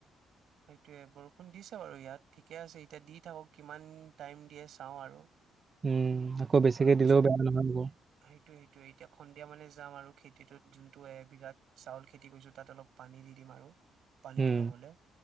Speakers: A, on the right (about 70°); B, on the right (about 35°).
A: সেইটোয়ে বৰষুণ দিছে বাৰু ইয়াত ঠিকে আছে এতিয়া দি থাকক কিমান টাইম দিয়ে চাওঁ আৰু।
B: উম, আকৌ বেছিকে
A: অলপ
B: দিলেও
A: পিছত
B: বেয়া নহয় আকৌ।
A: সেইটোয়ে সেইটোয়ে এতিয়া সন্ধিয়া মানে যাম আৰু। খেটোত যোনটো এবিঘাত চাউল খেতি কৰিছো তাত অলপ পানী দি দিম আৰু। পানীটো
B: উম,
A: নহলে।